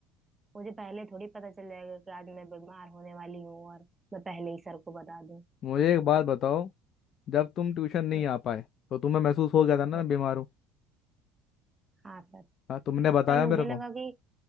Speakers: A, on the right; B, on the left.
A: मुझे पहले थोड़ी पता चल जाएगा कि आज मैं बीमार होने वाली हूँ और मैं पहले ही सर को बता दूं
B: मुझे एक बात बताओ जब तुम ट्यूशन नहीं
A: यस
B: आ पाए तो तुम्हें महसूस हो गया था ना
A: यस
B: मैं बीमार हूँ
A: हाँ सर
B: हाँ तुमने
A: सर
B: बताया
A: मुझे
B: मेरे को
A: लगा कि